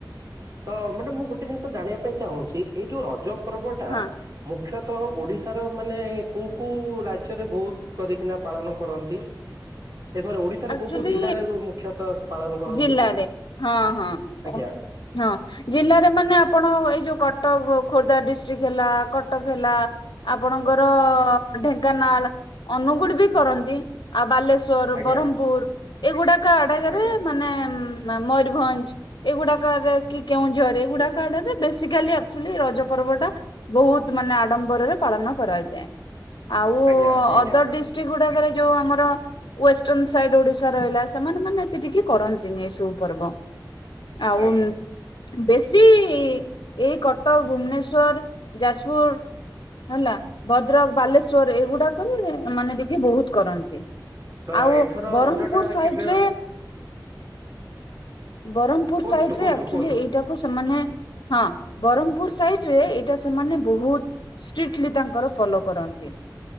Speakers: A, on the right; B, on the left.
A: ତ ମ୍ୟାଡାମ ମୁଁ ଗୋଟେ ଜିନିଷ ଜାଣିବା ପାଇଁ ଚାହୁଁଛି ଏଇ ଯୋଉ ରଜ ପର୍ବଟା
B: ହଁ
A: ମୁଖ୍ୟତଃ ଓଡ଼ିଶାର ମାନେ କୋଉ କୋଉ ରାଜ୍ୟରେ ବହୁତ କରିକି ନା ପାଳନ କରନ୍ତି, ଏ ସମୟରେ ଓଡ଼ିଶା ସାର୍
B: ଆକ୍ଚୁଆଲି
A: କୋଉ କୋଉ ଜିଲ୍ଲାରେ ମୁଖ୍ୟତଃ ପାଳନ କରନ୍ତି?
B: ଜିଲ୍ଲାରେ ହଁ ହଁ
A: ଆଜ୍ଞା!
B: ହଁ, ଜିଲ୍ଲାରେ ମାନେ ଆପଣ ଏଇ ଯୋଉ କଟକ, ଖୋର୍ଦ୍ଧା ଡିଷ୍ଟ୍ରିକ ହେଲା କଟକ ହେଲା ଆପଣଙ୍କର ଢେଙ୍କାନାଳ, ଅନୁଗୁଳ ବି କରନ୍ତି ଆଉ ବାଲେଶ୍ୱର
A: ଆଜ୍ଞା
B: ବରମପୁର ଏଗୁଡାକ ଆଡ଼କରେ
A: ଆଜ୍ଞା
B: ମାନେ ମୟୁରଭଞ୍ଜ ଏଗୁଡା କରେ କି କେଉଁଝର ଏଇଗୁଡାକ ଆଡରେ ବେସିକାଲି ଆକଚୁଆଲି ରଜ ପର୍ବଟା ବହୁତ ମାନେ ଆଡମ୍ବରରେ ପାଳନ କରାଯାଏ। ଆଉ
A: ଆଜ୍ଞା ଆଜ୍ଞା
B: ଅଦର
A: ମ୍ୟାଡ଼ାମ
B: ଡିଷ୍ଟ୍ରିକ୍ଟ ଗୁଡା କରେ ଯୋଉ ଆମର ଇଷ୍ଟନ ସାଇଡ ଓଡିଶା ରହିଲା ସେମାନେ ମାନେ ଏତେ ଟିକେ କରନ୍ତିନି ଏସବୁ ପର୍ବ। ଆଉ
A: ଆଜ୍ଞା
B: ବେଶୀ ଏଇ କଟକ, ଭୁବନେଶ୍ଵର, ଯାଜପୁର ହେଲା ଭଦ୍ରକ, ବାଲେଶ୍ଵର ଏଗୁଡାକରେ ମାନେ ଟିକେ ବହୁତ କରନ୍ତି।
A: ତ
B: ଆଉ
A: ଏଥର
B: ବ୍ରହ୍ମପୁର
A: ରଜ ଟା
B: ସାଇଡ
A: କେବେ
B: ରେ
A: ଅଛି?
B: ବରମପୁର
A: କୁହନ୍ତୁ
B: ସାଇଟରେ
A: କୁହନ୍ତୁ
B: ଆକୁଚୁଲି
A: କୁହନ୍ତୁ
B: ଏଇଟାକୁ ସେମାନେ ହଁ, ବରମପୁର ସାଇଡ ରେ ଏଇଟା ସେମାନେ ବହୁତ ଷ୍ଟ୍ରିକଟିଲି ତାଙ୍କର ଫଲୋ କରନ୍ତି